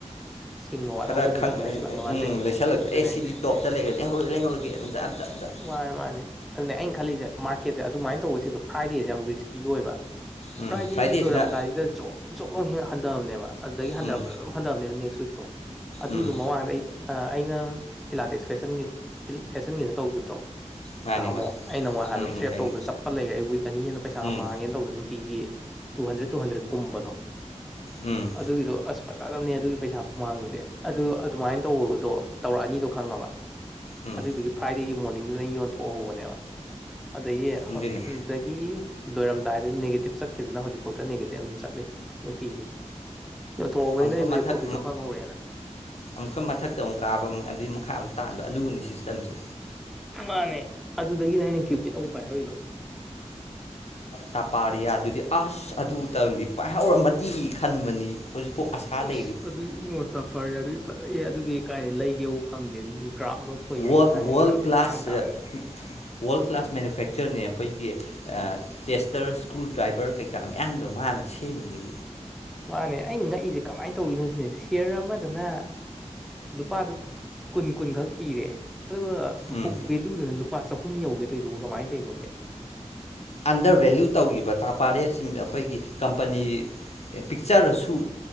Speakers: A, in the centre; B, on the left.
A: ꯁꯤꯡꯕ ꯋꯥꯠꯍꯧꯕꯁꯤꯡꯗꯨꯅ
B: ꯈꯔ ꯈꯪ
A: ꯂꯩꯁꯜꯂꯛꯅꯕꯅ
B: ꯎ
A: ꯇꯧꯔꯤꯅꯤꯅꯦ
B: ꯂꯩꯁꯜꯂꯛꯇꯣ
A: ꯑꯗꯨꯅꯦ
B: ꯑꯦ
A: ꯑꯩꯁꯦ
B: ꯁꯤꯗꯤ ꯇꯣꯞꯇ ꯂꯩꯔꯦ ꯂꯩꯍꯧꯔꯦ ꯂꯩꯍꯧꯒꯦꯅ ꯖꯥꯠ ꯖꯠꯖꯥꯠ
A: ꯃꯥꯅꯦ ꯃꯥꯅꯦ ꯑꯗꯨꯅꯦ ꯑꯩꯅ ꯈꯜꯂꯤꯁꯦ ꯃꯥꯔꯀꯦꯠꯁꯦ ꯑꯗꯨꯃꯥꯏꯅ ꯇꯧꯕꯁꯤꯡꯗꯣ ꯐ꯭ꯔꯥꯏꯗꯦꯁꯦ ꯌꯥꯝ ꯔꯤꯁꯀꯤ ꯑꯣꯏꯕ
B: ꯎꯝ
A: ꯐ꯭ꯔꯥꯏꯗꯦꯒꯤ
B: ꯐ꯭ꯔꯥꯏꯗꯦꯁꯤꯅ
A: ꯂꯣꯏꯔꯝꯗꯥꯏꯁꯤꯗ ꯖꯣ ꯆꯣꯛꯂꯣꯡ ꯍꯟꯊꯑꯕꯅꯦꯕ ꯑꯗꯨꯗꯒꯤ ꯍꯟꯊꯔꯛꯄꯗ
B: ꯎꯝ
A: ꯑꯗꯨꯝ ꯍꯟꯊꯕꯅꯦꯕ ꯅꯦꯛꯁ ꯋꯤꯛꯇꯣ ꯑꯗꯨꯗꯨ
B: ꯎꯝ
A: ꯃꯃꯥꯡꯗ ꯑꯩ ꯑꯩꯅ ꯐꯤꯂꯥꯇꯦꯛꯁ ꯐꯦꯁꯟꯒꯤ ꯐꯦꯁꯟꯒꯤꯗ ꯇꯧꯈꯤꯕꯗꯣ
B: ꯃꯥꯅꯤ
A: ꯅꯍꯃꯣ
B: ꯃꯥꯅꯤ
A: ꯑꯩ ꯅꯪꯉꯣꯏ ꯍꯥꯏꯕꯗꯣ
B: ꯎꯝ
A: ꯇ꯭ꯔꯦꯞ
B: ꯎꯝ ꯈꯪꯉꯤ
A: ꯇꯧꯕꯗ ꯆꯠꯄ ꯂꯩꯔꯦ ꯑꯩ ꯋꯤꯛ ꯑꯅꯤ ꯍꯦꯅ ꯄꯩꯁꯥ
B: ꯎꯝ
A: ꯃꯥꯡꯉꯦꯅ ꯇꯧꯗꯣ ꯅꯨꯡꯇꯤꯒꯤ ꯇꯨ ꯍꯟꯗ꯭ꯔꯦꯠ ꯇꯨ ꯍꯟꯗ꯭ꯔꯦꯠ ꯀꯨꯝꯕꯗꯣ
B: ꯎꯝ
A: ꯑꯗꯨꯒꯤꯗꯣ ꯑꯁ ꯐꯖꯗꯝꯅꯤꯍꯦ ꯑꯗꯨꯒꯤ ꯄꯩꯁꯥ ꯃꯃꯥꯡꯗꯗꯤ ꯑꯗꯨ ꯑꯗꯨꯃꯥꯏꯅ ꯇꯧꯕꯗꯣ ꯇꯧꯔꯛꯑꯅꯤꯗꯣ ꯈꯪꯉꯕ
B: ꯎꯝ
A: ꯑꯗꯨꯏꯗꯨꯒꯤ ꯐ꯭ꯔꯥꯏꯗꯦꯒꯤ ꯃꯣꯔꯅꯤꯡꯗꯨꯗ ꯌꯣꯟꯊꯣꯛ ꯍꯧꯕꯅꯦꯕ ꯑꯗꯩꯗꯤ
B: ꯑꯗꯨꯅꯦ
A: ꯗꯒꯤ ꯂꯣꯏꯔꯝꯗꯥꯏꯗ ꯅꯦꯒꯦꯇꯤꯞ ꯆꯠꯈꯤꯕꯗꯨꯅ ꯍꯧꯖꯤꯛꯐꯥꯎꯗ ꯅꯦꯒꯦꯇꯤꯞ ꯑꯗꯨꯝ ꯆꯠꯂꯤ ꯅꯨꯡꯇꯤꯒꯤ ꯌꯣꯟꯊꯣꯛꯍꯧꯕꯅꯤꯅ
B: ꯑꯃꯨꯛꯀ
A: ꯑꯩꯕꯨꯗꯤ
B: ꯃꯊꯛ
A: ꯄ꯭ꯔꯣꯐꯤꯠꯇꯣ ꯐꯪꯍꯧꯔꯦꯅ
B: ꯑꯃꯨꯛꯀ ꯃꯊꯛꯇ ꯑꯃꯨꯛ ꯀꯥꯕ ꯑꯗꯨꯏ ꯃꯈꯥ ꯑꯃꯨꯛ ꯇꯥꯟꯕ ꯑꯗꯨꯕꯨꯅꯤ ꯁꯤꯁꯇꯝꯁꯦ
A: ꯃꯥꯅꯦ ꯑꯗꯨꯗꯒꯤꯅꯦ ꯑꯩꯅ ꯀ꯭ꯌꯨꯄꯤꯦꯠ ꯑꯃꯨꯛ ꯄꯥꯏꯍꯧꯔꯤꯗꯣ
B: ꯇꯥꯄꯥꯔꯤꯌꯥꯗꯨꯗꯤ ꯑꯁ ꯑꯗꯨꯇꯪꯗꯤ ꯄꯥꯏꯍꯧꯔꯝꯃꯗꯤ ꯈꯟꯕꯅꯤ ꯍꯧꯖꯤꯛꯐꯥꯎ ꯑꯁꯥ ꯂꯩꯔꯤ
A: ꯎꯁ ꯑꯗꯨꯗꯤ ꯏꯕꯨ ꯇꯥꯞꯐ꯭ꯔꯤꯌꯥ ꯗꯨꯗꯤ ꯐꯖꯩꯑꯦ ꯑꯗꯨꯗꯤ ꯀꯥꯏ ꯂꯩꯒꯦꯕꯨ ꯐꯪꯗꯦ ꯒ꯭ꯔꯥꯐ ꯅꯣꯠ ꯁꯣꯏꯅ
B: ꯋꯥꯜ
A: ꯍꯥꯏ
B: ꯋꯥꯔꯜ
A: ꯌꯥꯝ ꯊꯤꯅ
B: ꯄ꯭ꯂꯥꯁ
A: ꯇꯥꯡ ꯇꯥꯡꯉꯤ
B: ꯋꯥꯔꯜ ꯀ꯭ꯂꯥꯁ ꯃꯦꯅꯨꯐꯦꯛꯆꯔꯅꯤ ꯑꯩꯈꯣꯏꯒꯤ ꯇꯦꯁꯇꯔ ꯁ꯭ꯀ꯭ꯔꯨ ꯗ꯭ꯔꯥꯏꯕꯔ ꯀꯩꯀꯥ ꯃꯌꯥꯝꯗꯣ ꯃꯥꯅ ꯁꯦꯝꯃꯤꯅꯤ
A: ꯃꯥꯅꯦ ꯑꯩ ꯉꯛꯏꯁꯦ ꯀꯃꯥꯏꯅ ꯇꯧꯔꯤꯅꯣ ꯁꯤꯅꯦ ꯁꯌꯔ ꯑꯃꯗꯅ ꯂꯨꯄꯥꯗ ꯀꯨꯟ ꯀꯨꯟꯈꯛ ꯄꯤꯔꯦ ꯑꯗꯨꯒ
B: ꯎꯝ
A: ꯕꯨꯛ ꯚꯦꯂꯨꯗꯨꯅ ꯂꯨꯄꯥ ꯆꯍꯨꯝ ꯌꯧꯒꯦꯗꯣꯏꯗꯨꯣ ꯀꯃꯥꯏꯅ ꯇꯧꯅꯣꯅꯦ
B: ꯑꯟꯗꯔ ꯚꯦꯂꯨ ꯇꯧꯈꯤꯕ ꯇ ꯄꯥꯔꯦ ꯑꯩꯈꯣꯏꯒꯤ ꯀꯝꯄꯅꯤ ꯄꯤꯛꯆꯔꯁꯨ